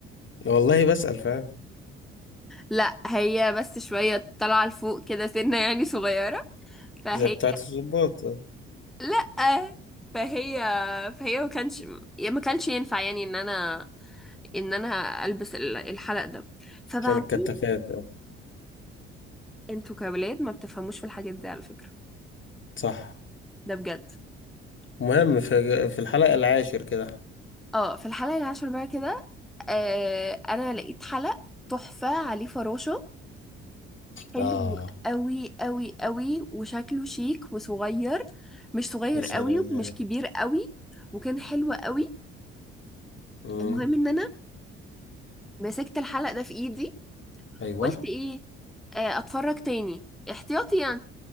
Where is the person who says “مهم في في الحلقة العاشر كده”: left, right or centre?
Left